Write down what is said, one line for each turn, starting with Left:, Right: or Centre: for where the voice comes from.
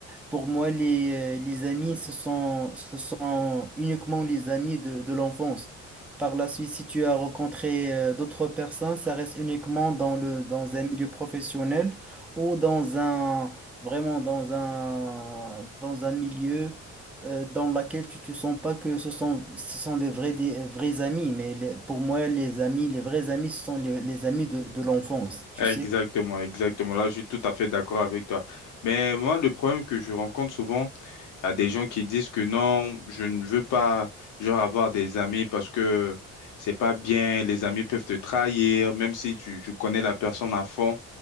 Centre: pour moi, les, euh, les amis, ce sont, ce sont uniquement les amis de, de l'enfance. Par la suite, si tu as rencontré euh, d'autres personnes, ça reste uniquement dans le, dans un milieu professionnel ou dans un, vraiment dans un, dans un milieu euh, dans lequel tu te sens pas que ce sont, ce sont des vrais, des vrais amis. Mais les- pour moi, les amis, les vrais amis, ce sont les, les amis de, de l'enfance, tu
Left: Exactement,
Centre: sais.
Left: exactement. Là, je suis tout à fait d'accord avec toi. Mais moi, le problème que je rencontre souvent, il y a des gens qui disent que non, je ne veux pas, genre, avoir des amis parce que c'est pas bien, les amis peuvent te trahir, même si tu, tu connais la personne à fond,